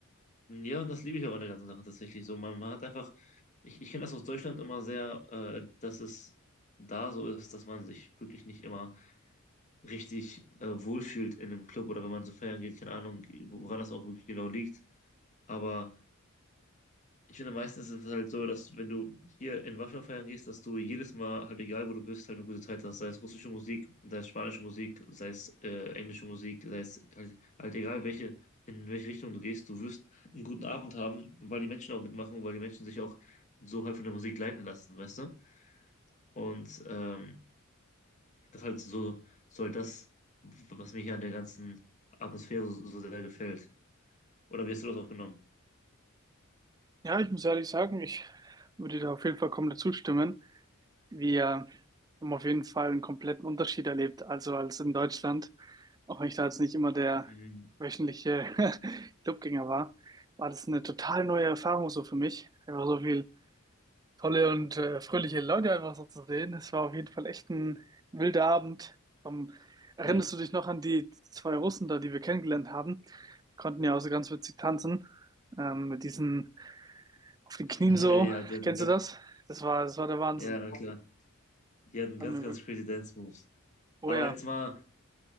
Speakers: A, on the left (about 35°); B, on the right (about 20°).
A: Ja, und das liebe ich auch an der ganzen Sache tatsächlich so. Man, man hat einfach, ich, ich kenne das aus Deutschland immer sehr, äh, dass es da so ist, dass man sich wirklich nicht immer richtig äh, wohlfühlt in einem Club oder wenn man so feiern geht, keine Ahnung, woran das auch wirklich genau liegt. Aber. Ich finde, meistens ist es halt so, dass wenn du hier in Warschau feiern gehst, dass du jedes Mal, halt egal wo du bist, halt eine gute Zeit hast. Sei es russische Musik, sei es spanische Musik, sei es äh, englische Musik, sei es halt, halt egal welche, in welche Richtung du gehst, du wirst einen guten Abend haben, weil die Menschen auch mitmachen und weil die Menschen sich auch so halt von der Musik leiten lassen, weißt du? Und ähm, das ist halt so, so halt das, was mir hier an der ganzen Atmosphäre so, so sehr gefällt. Oder wie hast du das aufgenommen?
B: Ja, ich muss ehrlich sagen, ich würde dir da auf jeden Fall komplett zustimmen. Wir haben auf jeden Fall einen kompletten Unterschied erlebt, also als in Deutschland. Auch wenn ich da jetzt nicht immer der
A: Mhm.
B: wöchentliche <laughs> Clubgänger war, war das eine total neue Erfahrung so für mich. Einfach so viel tolle und äh, fröhliche Leute einfach so zu sehen. Es war auf jeden Fall echt ein wilder Abend. Ähm, erinnerst
A: Ja,
B: du dich noch an die zwei Russen da, die wir kennengelernt haben? Die konnten ja auch so ganz witzig tanzen, ähm, mit diesen auf den
A: <laughs>
B: Knien so.
A: ja, der, die
B: Kennst
A: ganze,
B: du das? Das war, das war der Wahnsinn.
A: ja, na klar. Die hatten
B: Hat
A: ganz,
B: mir
A: ganz crazy Dance Moves.
B: Oh
A: Aber
B: ja,
A: jetzt mal,